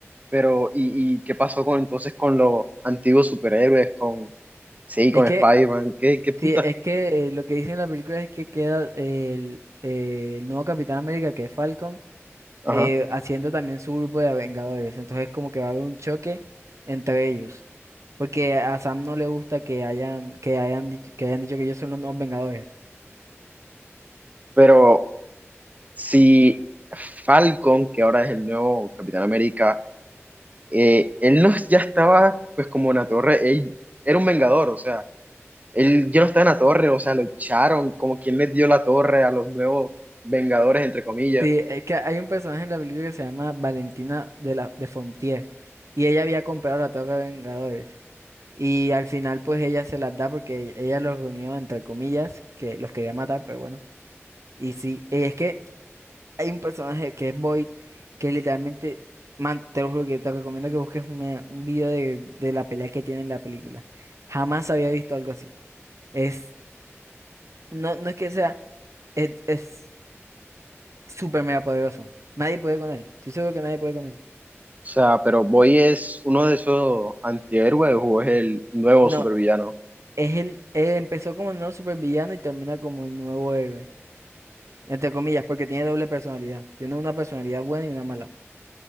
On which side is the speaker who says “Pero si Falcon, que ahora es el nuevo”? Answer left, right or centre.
Right